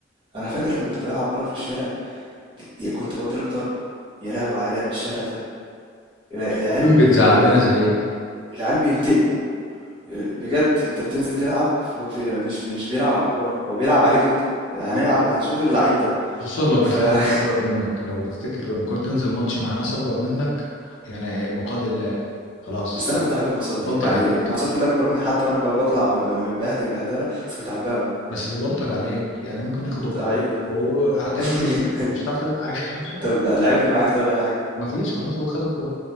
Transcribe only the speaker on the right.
انا فاكر لما كنت بلعب كورة في الشارع يا كنت بتضرب ضرب يا لهوي على لعب الشارع ده الع- العيال
ب... ب... ب-
العيال بينتقموا بجد انت بتنزل تلعب في في- مش مش بيلعب على الكوره هو بيلعب عليك انت هنلعب هنشوط اللعيب ده
ف <laughs>
بس انا كنت احب الماتشات
دي يعني
الماتشات اللي اكبر مني حتى وانا ب- بطلع ب- ب- متبهدل بهدله بس كنت احبها قوي
ده
حقيقي
<laughs>
طب لا لعبني معاك طيب اي حاجه